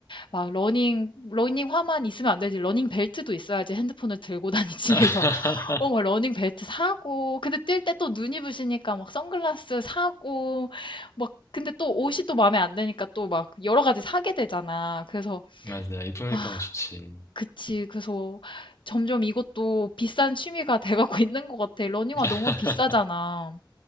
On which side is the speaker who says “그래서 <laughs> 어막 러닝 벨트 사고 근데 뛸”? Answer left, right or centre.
Left